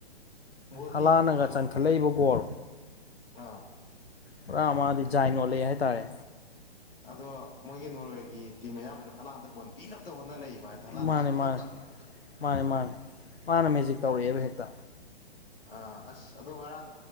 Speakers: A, on the left; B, on the left.
A: ꯕꯣꯜꯗꯤ
B: ꯍꯂꯥꯟꯅꯒ
A: ꯑꯁꯨꯛ
B: ꯆꯟꯈꯠꯂꯛꯏꯕ ꯒꯣꯜ
A: ꯑꯥ
B: ꯄꯨꯔꯥ ꯃꯥꯗꯤ ꯖꯥꯏꯟ ꯑꯣꯜꯂꯛꯦ ꯍꯥꯏꯇꯥꯔꯦ
A: ꯑꯗꯣ ꯃꯣꯏꯒꯤ ꯅꯣꯔꯋꯦꯒꯤ ꯇꯤꯝ ꯑꯌꯥꯝꯕꯁꯨ ꯍꯜꯂꯥꯟꯗ ꯕꯣꯜ ꯄꯤꯅꯕꯇ ꯍꯣꯠꯅ ꯂꯩꯌꯦꯕ ꯍꯥꯏꯗꯤ ꯍꯂꯥꯟ
B: ꯃꯥꯅꯦ
A: ꯃꯅꯥꯛ ꯌꯧꯅꯕꯇ
B: ꯃꯥꯅꯦ ꯃꯥꯅꯦ ꯃꯥꯅꯤ ꯃꯥꯅ ꯃꯦꯖꯤꯛ ꯇꯧꯔꯛꯑꯦꯕ ꯍꯦꯛꯇ
A: ꯑ ꯑꯁ ꯑꯗꯣ ꯉꯔꯥꯡ